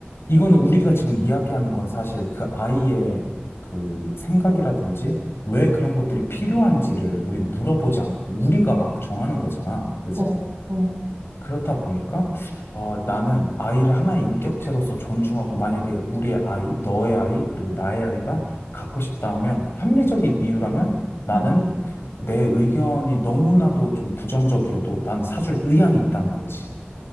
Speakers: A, on the left; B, on the right.
A: 이거는 우리가 지금 이야기하는 건 사실 그 아이의 그 생각이라든지 왜 그런 것들이 필요한지를 우리는 물어보지 않고 우리가 막 정하는 거잖아. 그지?
B: 어, 어.
A: 그렇다 보니까 어, 나는 아이를 하나의 인격체로서 존중하고 만약에 우리의 아이, 너의 아이, 그리고 나의 아이가 갖고 싶다 하면 합리적인 이유라면 나는
B: 응.
A: 내 의견이 너무나도 좀 부정적이어도 난 사줄 의향이 있다는 거지.